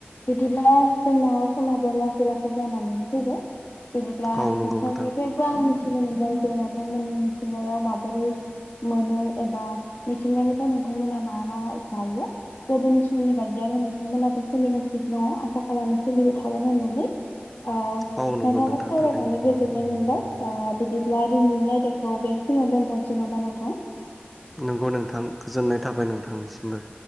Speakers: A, on the left (about 60°); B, in the centre.
A: बिदिब्ला जोंना समाबो लासै लासै जानानैनो फैबाय। बिदिब्ला
B: औ नंगौ
A: नोंथांनिफ्रायबो
B: नोंथां
A: आं थिनो मोनबाय जे नोंथांमोननि मिथिंगायाव माबोरै मोनो एबा। मिथिंगानिफ्राय नोंथांमोना मा मा जायो गोदोनि समनि । बायदियानो नोंथांमोनाबो सोलिगासिनो दङ आसा खालामो सोलिबाय थागोन होननानै। ओ
B: औ नंगौ
A: नोंथांजों
B: नोंथां
A: सावरायनानै
B: थारैनो।
A: गोजोननाय मोनबाय। ओ बिदिब्ला दिनैनि आयदाखौ बेखिनियावनो दोनथनोसै नामा नोंथां?
B: नंगौ नोंथां गोजोननाय थाबाय नोंथांनिसिमबो।